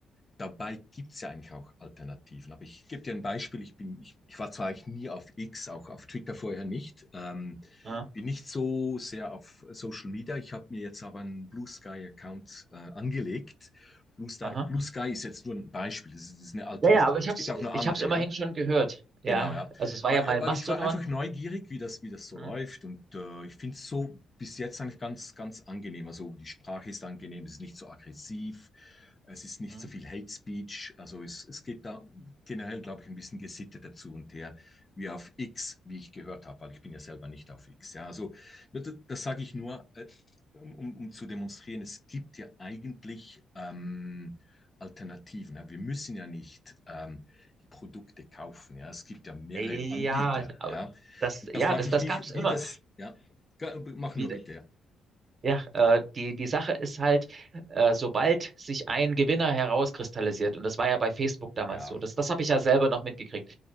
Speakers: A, on the left; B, on the right.
A: dabei gibt es ja eigentlich auch Alternativen. Aber ich gebe dir ein Beispiel. Ich, bin, ich, ich war zwar eigentlich nie auf X, auch auf Twitter vorher nicht. Ähm,
B: Ja.
A: bin nicht so sehr auf Social Media. Ich habe mir jetzt aber einen Blue Sky-Account äh, angelegt. Blue Sky,
B: Aha.
A: Blue Sky ist jetzt nur ein Beispiel. Das ist, das ist eine Alternative.
B: Ja, ja, aber ich
A: Es
B: hab's,
A: gibt auch noch
B: ich
A: andere,
B: hab's immerhin
A: ja.
B: schon gehört. Ja,
A: Genau, ja.
B: also es war
A: Weil,
B: ja mal
A: weil
B: Mastodon.
A: ich war einfach neugierig, wie das, wie das so
B: Hm,
A: läuft. Und äh, ich finde es so bis jetzt eigentlich ganz, ganz angenehm. Also die Sprache ist angenehm, es ist nicht so aggressiv. Es ist nicht
B: hm.
A: so viel Hate Speech. Also es, es geht da generell, glaube ich, ein bisschen Gesitte dazu und her, wie auf X, wie ich gehört habe, weil ich bin ja selber nicht auf X. Ja, also das, das sage ich nur, äh, um, um, um, zu demonstrieren, es gibt ja eigentlich ähm, Alternativen. Ja. Wir müssen ja nicht ähm, die Produkte kaufen. Ja. Es gibt ja mehrere
B: Ja,
A: Anbieter.
B: aber
A: Ja.
B: das,
A: Und
B: ja,
A: da frage
B: das,
A: ich
B: das
A: mich,
B: gab's
A: wie
B: immer.
A: das, ja, mach
B: Wie,
A: nur bitte.
B: Ja, äh, die, die Sache ist halt, äh, sobald sich ein Gewinner herauskristallisiert, und das war ja bei Facebook damals
A: Ja,
B: so, das, das habe ich ja selber noch mitgekriegt,